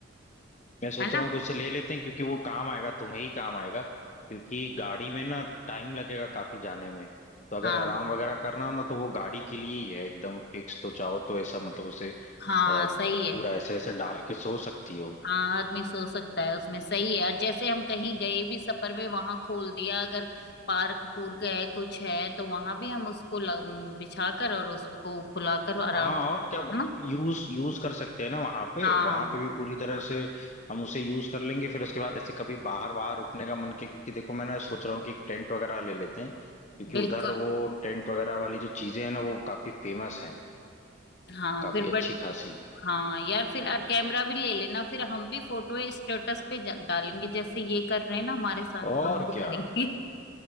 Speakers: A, on the left; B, on the left.
A: मैं सोच
B: है
A: रहा
B: ना
A: हूँ कि उससे ले लेते हैं क्योंकि वो काम आएगा तुम्हें ही काम आएगा क्योंकि गाड़ी में ना टाइम लगेगा काफी जाने में तो अगर
B: हाँ
A: आराम वगैरह करना हो ना तो वो गाड़ी के लिए ही है एकदम फिक्स तो चाहो तो ऐसा मतलब उसे अ,
B: हाँ
A: पूरा
B: सही है
A: ऐसे ऐसे डाल के सो सकती हो
B: हाँ आदमी सो सकता है उसमें सही है और जैसे हम कहीं गए भी सफर में वहां खोल दिया अगर पार्क पूर्क है कुछ है तो वहां भी हम उसको ल- म, बिछा कर और उसको फुलाकर
A: हाँ
B: आराम से
A: और क्या
B: है ना
A: यूज यूज कर सकते हैं ना वहां पे
B: हाँ
A: वहां पे भी पूरी तरह से हम उसे यूज कर लेंगे फिर उसके बाद ऐसे कभी बाहर बाहर रुकने का मन किया क्योंकि देखो मैं ना सोच रहा हूँ कि एक टेंट वगैरह ले लेते हैं क्योंकि
B: बिल्कुल
A: उधर वो टेंट वगैरह वाली जो चीजें हैं ना वो काफी फेमस हैं
B: हाँ
A: काफी
B: फिर
A: अच्छी
B: बड़ी
A: खासी
B: हाँ यार फिर और कैमरा भी ले लेना फिर हम भी फोटो स्टेटस पे ज- डालेंगे जैसे ये कर रहे हैं ना हमारे साथ
A: और
B: हम भी
A: क्या
B: करेंगे